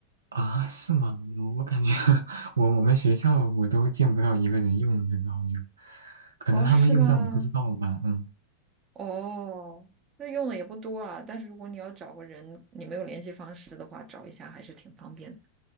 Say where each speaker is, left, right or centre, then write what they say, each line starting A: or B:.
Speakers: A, on the right; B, on the right.
A: 啊，是吗？我我感觉 <laughs> 我我们学校我都见不到一个人用这个，好像，可能他们用但我不知道吧，
B: 哦，是吗？
A: 嗯。
B: 哦，那用的也不多啊。但是如果你要找个人，你没有联系方式的话，找一下还是挺方便的。